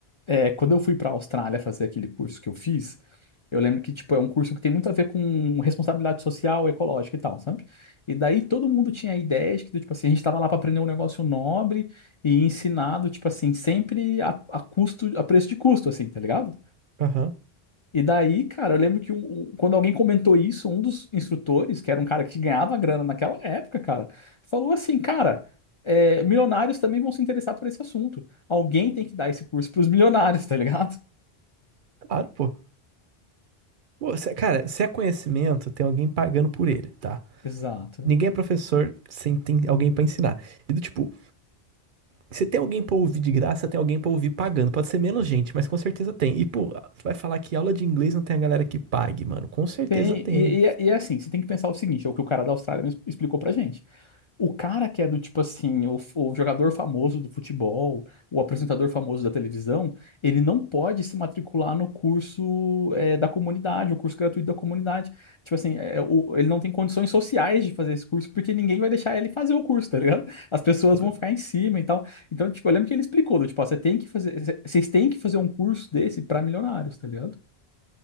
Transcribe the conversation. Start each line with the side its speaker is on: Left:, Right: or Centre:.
Left: É, quando eu fui para a Austrália fazer aquele curso que eu fiz, eu lembro que, tipo, é um curso que tem muito a ver com responsabilidade social, ecológica e tal, sabe? E daí todo mundo tinha a ideia de que, tipo assim, a gente estava lá para aprender um negócio nobre e ensinado, tipo assim, sempre a, a custo, a preço de custo, assim, tá ligado?
Right: Aham,
Left: E daí, cara, eu lembro que um- um- quando alguém comentou isso, um dos instrutores, que era um cara que ganhava grana naquela época, cara, falou assim, cara, é, milionários também vão se interessar por esse assunto. Alguém tem que dar esse curso para os milionários, <laughs> tá ligado?
Right: claro, pô. Pô, se- Cara, se é conhecimento, tem alguém pagando por ele, tá?
Left: Exato.
Right: Ninguém é professor sem ter alguém pra ensinar. E do tipo, você tem alguém pra ouvir de graça, tem alguém pra ouvir pagando. Pode ser menos gente, mas com certeza tem. E, pô, você vai falar que aula de inglês não tem a galera que pague, mano. Com certeza
Left: Bem,
Right: tem.
Left: e, e, é e é assim, você tem que pensar o seguinte, é o que o cara da Austrália me explicou pra gente. O cara que é do tipo assim, o, f- o jogador famoso do futebol, o apresentador famoso da televisão, ele não pode se matricular no curso é, da comunidade, o curso gratuito da comunidade. Tipo assim, é, é, o- ele não tem condições sociais de fazer esse curso, porque ninguém vai deixar ele fazer o curso, tá ligado? As pessoas
Right: Claro.
Left: vão ficar em cima e tal. Então, tipo, eu lembro que ele explicou, do, tipo, ó, você tem que fazer, vocês têm que fazer um curso desse pra milionários, tá ligado?